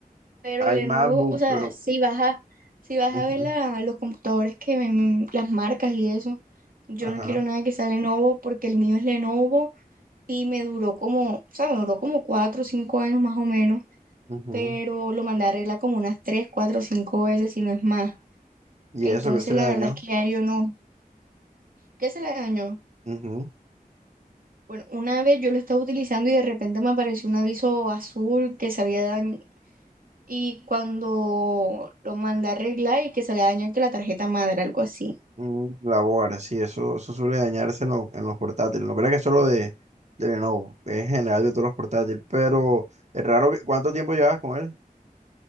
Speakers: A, on the right (about 65°); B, on the right (about 50°).
A: Pero
B: hay
A: Lenovo,
B: MacBook,
A: o sea,
B: pero...
A: si vas a, si vas
B: ujú,
A: a ver la- los computadores que ven, las marcas y eso, yo
B: Ajá.
A: no quiero nada que sea Lenovo porque el mío es Lenovo y me duró como, o sea, me duró como cuatro o cinco años más o menos,
B: ujú.
A: pero lo mandé a arreglar como unas tres, cuatro, cinco veces, si no es más.
B: Y
A: Entonces,
B: eso que se le
A: la
B: dañó.
A: verdad es que ya yo no. ¿Qué se le dañó?
B: ujú.
A: Bueno, una vez yo lo estaba utilizando y de repente me apareció un aviso azul que se había dañado. Y cuando lo mandé a arreglar y que se había dañado que la tarjeta madre, algo así.
B: Mm, La board, sí, eso, eso suele dañarse en, lo- en los portátiles. No creo que es solo de, de Lenovo, es en general de todos los portátiles. Pero es raro que, ¿cuánto tiempo llevas con él?